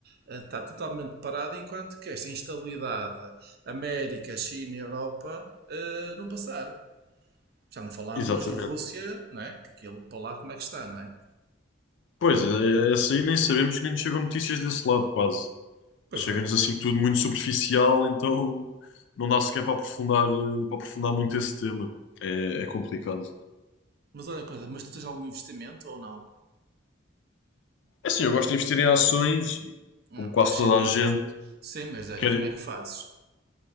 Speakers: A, on the right; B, on the left.
A: eh, está totalmente parado enquanto que esta instabilidade América, China e Europa eh, não passar. Já não falámos
B: Exatamente.
A: de Rússia, não é? Que aquilo para lá como é que está, não é?
B: Pois, é- é- essa aí nem sabemos que nem nos chegam notícias desse lado, quase.
A: Pois
B: Chega-nos
A: é.
B: assim tudo muito superficial, então não dá sequer para aprofundar, eh, para aprofundar muito esse tema. É, é complicado.
A: Mas olha a coisa, mas tu tens algum investimento ou não?
B: É assim, eu gosto de investir em ações e,
A: Hum,
B: como quase
A: Está cheio
B: toda
A: de.
B: a gente,
A: Sim, mas aí
B: quer...
A: como é que fazes?